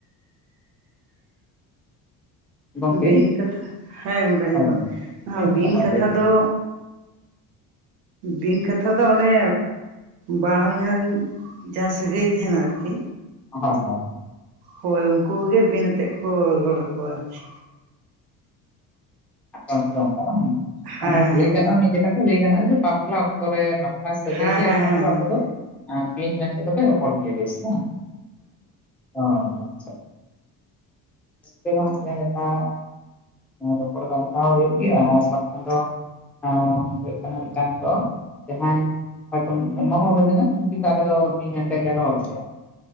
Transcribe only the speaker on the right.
ᱵᱤᱱ ᱠᱟᱛᱷᱟ ᱦᱮᱸ ᱜᱚᱝᱠᱮ ᱟᱡᱟᱜᱸᱢᱚᱜ
ᱠᱟᱱᱟ
ᱵᱤᱱ
ᱠᱟᱛᱷᱟ
ᱫᱚ ᱵᱤᱱ ᱠᱟᱛᱷᱟ ᱫᱚ ᱚᱱᱮ ᱵᱟ ᱦᱚᱧᱟᱨᱤᱧ ᱡᱟᱦᱟᱸ ᱥᱟᱹᱜᱟᱹᱭ ᱛᱟᱦᱮᱱᱟ ᱟᱨᱠᱤ
ᱦᱳᱭ ᱩᱱᱠᱩ ᱜᱮ ᱵᱤᱱ ᱟᱛᱮᱫ ᱠᱚ ᱨᱚᱲ ᱟᱠᱚᱣᱟ ᱟᱨᱠᱤ
ᱦᱮᱸ
ᱦᱮᱸ
ᱦᱮᱸ
ᱦᱮᱸ
ᱦᱮᱸ
ᱦᱮᱸ